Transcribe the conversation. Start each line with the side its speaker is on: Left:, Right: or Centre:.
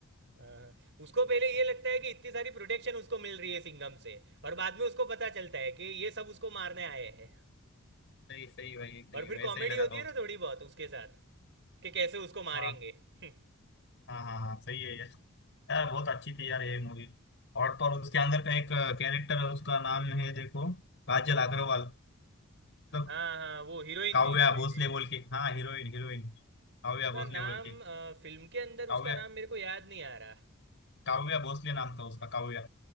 Right: हाँ हाँ। उसको पहले ये लगता है कि इतनी सारी प्रोटेक्शन उसको मिल रही है सिंघम से और बाद में उसको पता चलता है कि ये सब उसको मारने आए हैं
Left: सही सही वही सही
Right: और फिर
Left: वैसे
Right: कॉमेडी
Left: ही लगा
Right: होती
Left: था
Right: है
Left: उसको
Right: ना थोड़ी बहुत उसके साथ कि कैसे उसको मारेंगे
Left: हाँ
Right: <laughs>
Left: हाँ हाँ हाँ सही है यार यार बहुत अच्छी थी यार ये मूवी और तो और उसके अंदर का एक कैरेक्टर है उसका नाम है देखो काजल अग्रवाल मतलब
Right: हाँ हाँ वो हीरोइन
Left: काव्या
Right: थी हीरोइन
Left: भोसले
Right: हीरोइन
Left: बोल के हाँ हीरोइन हीरोइन काव्या
Right: उसका
Left: भोसले
Right: नाम
Left: बोल के
Right: अ, फिल्म के अंदर
Left: काव्या
Right: उसका नाम मेरे को याद नहीं आ रहा
Left: काव्या भोसले नाम था उसका काव्या